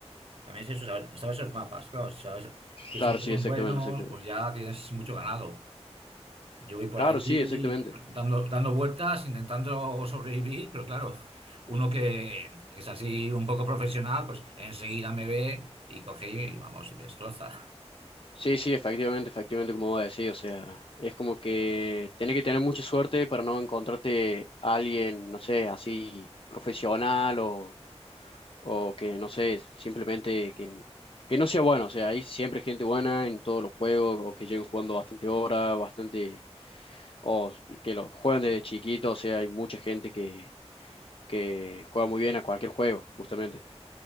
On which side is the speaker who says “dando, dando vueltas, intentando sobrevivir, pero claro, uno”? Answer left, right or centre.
Right